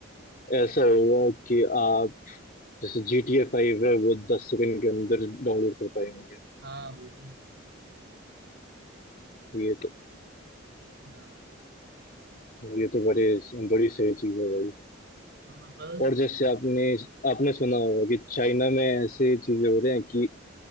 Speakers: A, on the left; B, on the right.
A: ऐसा होगा कि आप जैसे जी टी ए फाइव है वो दस सेकंड के अंदर डाउनलोड कर पाएंगे
B: हाँ वो भी है
A: ये तो
B: हाँ
A: ये तो बड़े बड़ी सही चीज है भाई
B: हाँ बस
A: और जैसे आपने आपने सुना होगा कि चाइना में ऐसे चीजें हो रहे हैं कि